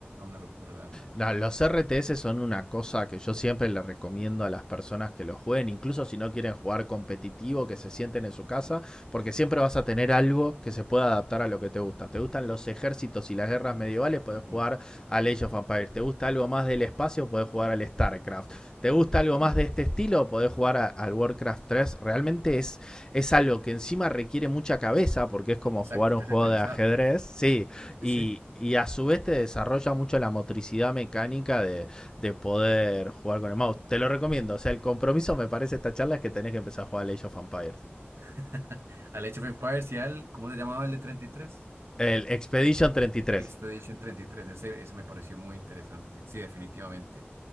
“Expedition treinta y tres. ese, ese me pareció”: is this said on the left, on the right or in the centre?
Right